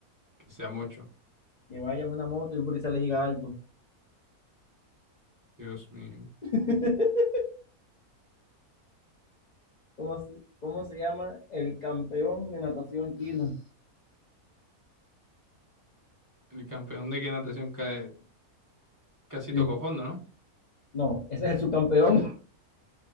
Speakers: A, on the right; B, on the left.
A: que sea mucho.
B: que vaya en una moto y un policía le diga alto.
A: Dios mío.
B: <laughs> ¿Cómo se, cómo se llama el campeón de natación chino?
A: El campeón de qué natación ca- casi
B: Sí.
A: tocó fondo, ¿no?
B: No, ese es el subcampeón.